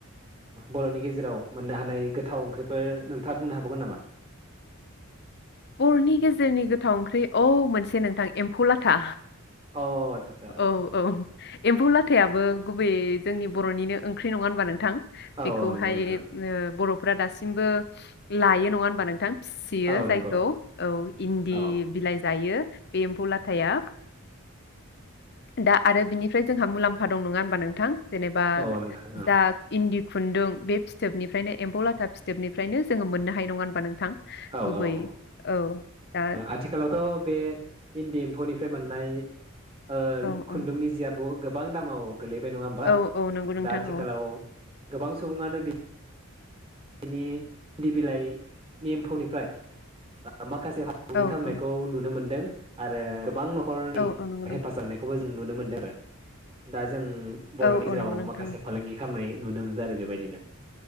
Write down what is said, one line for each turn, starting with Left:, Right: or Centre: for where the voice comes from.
Right: बर'नि गेजेराव मोननो हानाय गोथाव ओंख्रिफोर नोंथाङा बुंनो हाबावगोन नामा
Left: बर'नि गेजेरनि गोथाव ओंख्रि औ मोनसे नोंथां एम्फौ लाथा
Right: अ आदसा आदसा
Left: औ औ एम्फौ लाथायाबो गुबैयै जोंनि बर'निनो ओंख्रि नङा होनबा नोंथां
Right: औ
Left: बेखौहाय
Right: औ नंगौ नोंथां
Left: बर' फ्रा दासिमबो लायो नङा होमबा नोंथां फिसियो
Right: औ नंगौ
Left: जायखौ औ इन्दि
Right: औ
Left: बिलाइ जायो बे एम्फौ लाथ थाया। दा आरो बिनिफ्राय जोंहा मुलाम्फा दं नङा होमबा नोंथां। जेनेबा
Right: औ नोंथां औ
Left: जा इन्दि खुन्दुं बे फिथोबनिफ्रायनो एमफौ लाथा फिथोबनिफ्रायनो जोङो मोननो हायो नङा होनबा नोंथां।
Right: औ
Left: गुबै
Right: औ ओ
Left: औ दा
Right: आथिखालावथ' बे इन्दि एम्फौनिफ्राय मोन नाय। ओ
Left: औ औ
Right: खुन्दुंनि जिआ ब' गोबां दामाव। गोलैबाय नङा होमबा
Left: औ औ नंगौ नोंथां
Right: दा आथिखालाव।
Left: औ
Right: गोबां सुबुङानो बि बिनि इन्दि बिलाइ नि एमफौनिफ्राय ओ माखासे जे फालांगि
Left: औ
Right: खालामनायखौ
Left: औ
Right: नुनो मोनदों। आरो गोबां न खरनि
Left: औ औ नंगौ नोंथां
Right: हेफाजाब होनायखौबो जों नुनो मो नो आरो दाज जों बर'नि
Left: औ औ
Right: जेराव
Left: नंगौ नोंथां
Right: माखासे फालांगि। खालामनाय नुनो मोनदों आरो बेबायदिनो